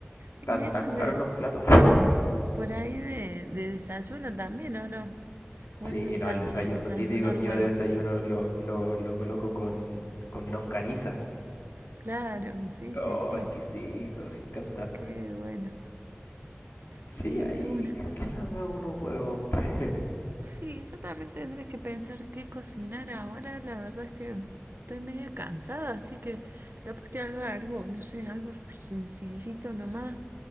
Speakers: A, on the right; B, on the left.
A: ¿Y
B: Tan,
A: eso
B: tan
A: es
B: caros
A: de-
B: los platos. <laughs>
A: por ahí de, de desayuno también, o no? ¿O
B: Sí,
A: es muy yanqui
B: no, el desayuno
A: desayunar
B: típico. Yo
A: huevos?
B: de desayuno
A: <laughs>
B: lo, lo, lo coloco con, con longaniza.
A: Claro, sí,
B: Oh,
A: sí, sí.
B: exquisito, me encanta.
A: Qué bueno.
B: Sí,
A: Sí,
B: ahí
A: de una.
B: quizás me hago unos huevos. <laughs>
A: Sí, yo también tendré que pensar qué cocinar ahora. La verdad es que estoy media cansada, así que capaz que haga algo, no sé, algo sencillito nomás.